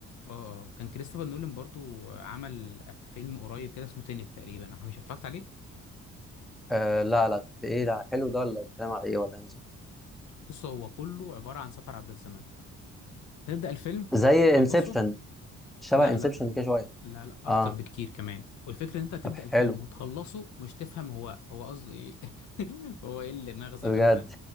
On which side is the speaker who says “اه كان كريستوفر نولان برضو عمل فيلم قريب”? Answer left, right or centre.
Left